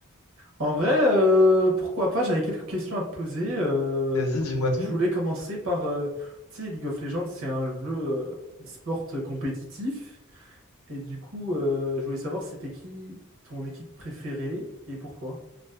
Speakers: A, on the right; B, on the left.
A: En vrai, euh, pourquoi pas? J'avais quelques questions à te poser. euh,
B: Vas-y, dis-moi tout.
A: je voulais commencer par, euh, tu sais, League of Legends, c'est un jeu euh, e-sport compétitif. Et du coup, euh, je voulais savoir c'était qui ton équipe préférée et pourquoi.